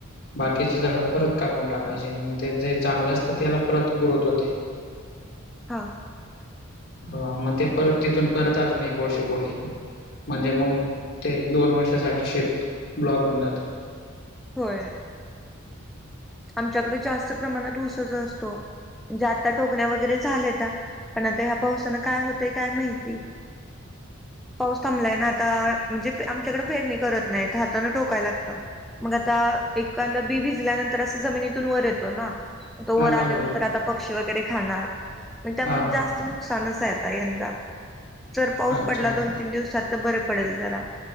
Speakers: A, on the left; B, in the centre.
A: बाकीचे झाड परत कापून टाकायचे मग ते जे चांगलं असतं त्याला परत ग्रोथ होते
B: हा.
A: हो हा मग ते परत तिथून परत अजून एक वर्ष पुढे. म्हणजे मंग ते दोन वर्षासाठी शेत ब्लॉक होऊन जातं.
B: होय. आमच्याकडे जास्त प्रमाणात ऊसच असतो. जे आता टोकण्या वगैरे झाल्या त्या पण आता ह्या पावसाना काय होतय काय माहिती.
A: ह <inaudible>
B: पाऊस थांबलाय ना आता म्हणजे पे आमच्याकडे पेरणी करत नाहीत हातानं टोकाय लागतं. मग आता एकांद बी भिजल्यानंत तर असं जमिनीतून वर येतो ना, तो वर
A: बरोबर
B: आल्यानंतर आता पक्षी वगैरे खाणार. मग त्यामुळं
A: हा हा
B: जास्त नुकसानच आहे आता यंदा. जर पाऊस
A: अच्छा
B: पडला दोन तीन दिवसात तर बरं पडेल जरा.